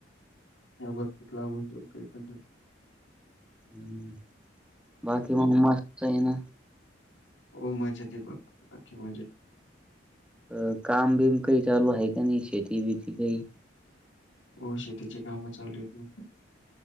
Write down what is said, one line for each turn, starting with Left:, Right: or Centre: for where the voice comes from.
Left: या भ लाबून देऊ काही पण
Centre: ह् बाकी
Left: तुझं
Centre: म्हण
Left: काय?
Centre: मस्त आहे ना
Left: हो मजाेत बघ बाकी मजेत
Centre: अ काम बीम काही चालू आहे का नाही शेती बिती काही
Left: हो शेतीची काम चालू आहेततील